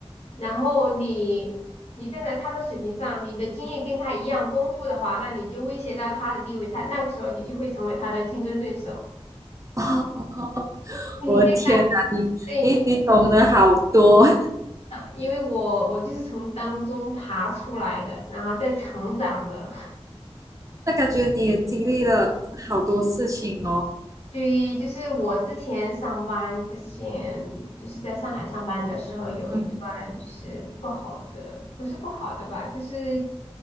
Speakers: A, on the left; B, on the right.
A: 然后你你站在他的水平上，你的经验跟他一样丰富的话，那你就威胁到他的地位，他那个时候你就会成为他的竞争对手。
B: 哦，我的天哪，
A: 你现在
B: 你你你懂得好多，
A: 对，因为我我就是从当中爬出来的，然后再成长的。
B: <laughs> 那感觉你也经历了好多事情哦。
A: 对，就是我之前上班之前，就是在上海上班的时候，有一段就是不好的，
B: 嗯，
A: 不是不好的吧，就是